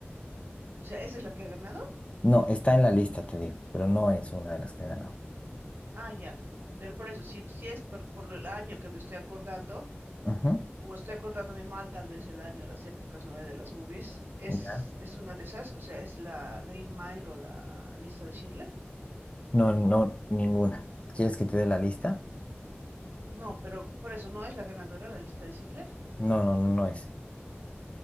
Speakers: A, on the right; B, on the left.
A: O sea, esa es la que ha ganado.
B: No, está en la lista, te digo, pero no es una de las que he ganado.
A: Ah, ya. Pero por eso, si, si es por, por el año que me estoy acordando,
B: Ujú,
A: o estoy acordándome mal tal vez el año, las épocas nueve de las movies, es,
B: Ya.
A: es una de esas, o sea, es la Green Mile o la lista de Schindler.
B: No, no, ninguna. ¿Quieres que te dé la lista?
A: No, pero por eso no es la ganadora la lista de Schindler.
B: No, no, no, no es.